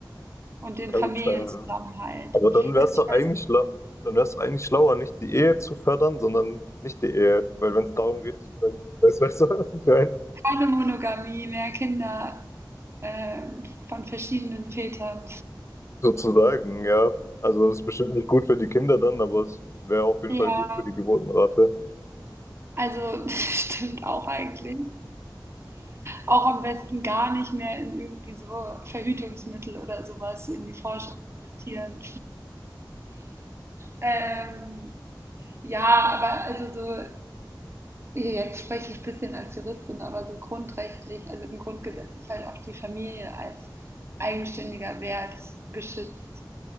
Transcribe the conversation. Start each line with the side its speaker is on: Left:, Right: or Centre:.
Right: und den
Left: Kann
Right: Familienzusammenhalt.
Left: gut sein, Aber dann wär's
Right: Also ich
Left: doch
Right: weiß
Left: eigentlich schla dann wär's doch eigentlich schlauer, nicht die Ehe zu fördern, sondern nicht die Ehe. Weil wenn es darum geht, sozusagen, weißt weißt du, <laughs> was ich meine?
Right: keine Monogamie, mehr Kinder ähm, von verschiedenen Vätern.
Left: Sozusagen, ja. Also es ist bestimmt nicht gut für die Kinder dann, aber es wäre auf jeden
Right: Ja,
Left: Fall gut für die Geburtenrate.
Right: also <laughs> stimmt auch eigentlich. Auch am besten gar nicht mehr in irgendwie so Verhütungsmittel oder sowas in die Forschung investieren. Ähm, ja, aber also so, jetzt spreche ich ein bisschen als Juristin, aber so grundrechtlich, also im Grundgesetz ist halt auch die Familie als eigenständiger Wert geschützt.